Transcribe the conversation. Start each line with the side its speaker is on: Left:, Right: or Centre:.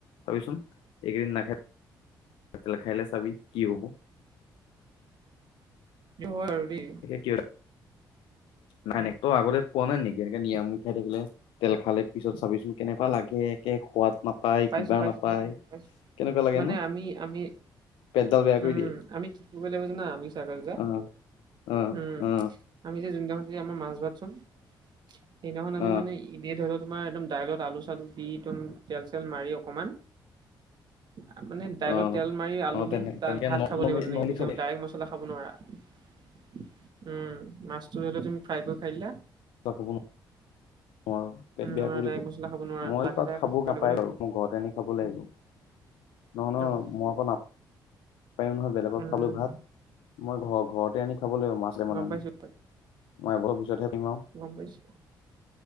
Left: ভাবিচোন এইকেইদিন নাখাই তেল খায় দিলে চাবি কি হব
Right: এইটো হয় আৰু দেই
Left: কি নাই নাই তই আগতে পোৱা নাই নেকি এনে নিৰামিষ খাই থাকিলে তেল খালে পিছত চাবিচোন কেনেকুৱা লাগে একে সোৱাদ নাপায়
Right: পাইছো
Left: কিবা
Right: পাইছো
Left: নাপায়
Right: পাইছো
Left: কেনেকুৱা লাগে
Right: মানে
Left: ন
Right: আমি আমি
Left: পেটডাল বেয়া কৰি
Right: উম
Left: দিয়ে
Right: আমি কি কৰিব লাগিব যানা আমি ছাকাছ দা
Left: অ', অ',
Right: উম
Left: অ',
Right: আমি যে যোনদিনাখন যে আমাৰ মাছ ভাত চোন সেইদিনাখন আমি
Left: অ',
Right: মানে এনেই ধৰি লও তোমাৰ একদম দাইলত আলু চালু দি একদম তেল চেল মাৰি অকমান আপুনি দাইলত
Left: অ'।
Right: তেল মাৰি আলু
Left: অ',
Right: দি
Left: তেনে
Right: তাত
Left: তেনেকে
Right: ভাত খাব
Left: নৰ্মেলি
Right: লাগিব তেনেকে বুইছে
Left: খাব লাগিব
Right: ডাইৰেক্ট মাছ খাব নোৱাৰা উম মাছটো ধৰি লোৱা তুমি ফ্ৰাই কৰি খাই দিলা
Left: টপ বোনো নোৱাৰো পেট বেয়া
Right: নোৱাৰা
Left: কৰিব
Right: ডাইৰেক্ট মছলা খাব নোৱাৰা
Left: মইও
Right: লাহে
Left: তাত
Right: লাহে
Left: খাব
Right: কৰিব
Left: নাপাই
Right: লাগিব।
Left: বাৰু মোৰ ঘৰত আনি খাব লাগিব নহয় নহয়
Right: অ',
Left: মই আকৌ নাপ পাৰিম নহয় বেলেগত
Right: উম,
Left: খাবলৈ ভাত মই ঘৰ ঘৰতে আনি খাব লাগিব মাছ কেইটামান
Right: গম
Left: আনি
Right: পাইছো
Left: মই এবছৰ পিছতহে পাৰিম আও
Right: গম পাইছো